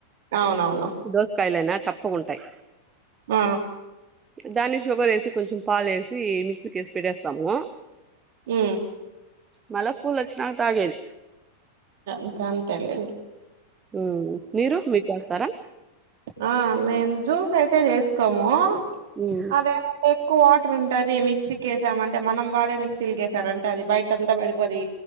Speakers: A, on the right; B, on the right.
A: అవునవును
B: దోస కాయలేనా ప్పుకుంటాయి
A: ఆ
B: దాన్ని షుగర్ వేసి కొంచెం పాలు వేసి మిక్స్ కేసి పెట్టేస్తాము
A: ఆ
B: మళ కూల్ వచ్చినా తాగేది
A: ఇంకా అంతేలే
B: ఉ మీరు మీట్స్తారా
A: ఆ మేము జ్యూస్ అయితే చేసుకోము
B: మ్మ్
A: అవే ఎక్కువ వాటర్ ఉంటది మిక్సీకె సామంటే మనం వాడే మిక్సీకేసారంటే అది బయట అంతా పడిపోది